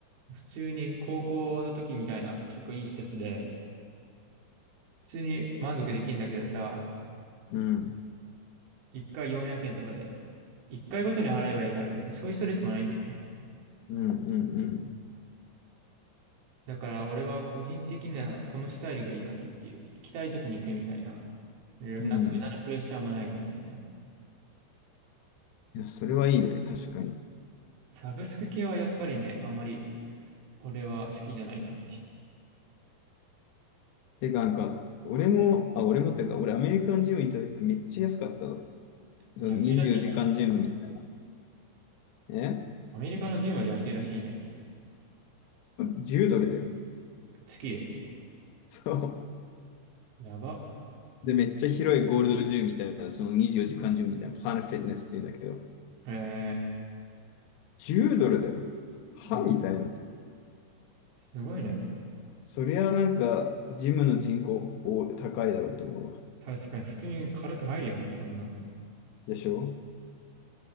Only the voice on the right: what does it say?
普通に高校の時みたいな、結構いい施設で、普通に満足できるんだけどさ、
一回400円とかで、一回ごとに払えばいいから、別にそういうストレスもないんだよね。
だから俺は個人的にはこのスタイルがいいかなっていう。行きたい時に行くみたいな。なんか無駄なプレッシャーもないみたいなね。
サブスク系はやっぱりね、あんまり俺は好きじゃないなっていう。
安いらしいね、アメリカ。
アメリカのジムは安いらしいね。
月、
やば。
え
ー、いやすごいね。
確かに普通に軽く入るよな、そんなの。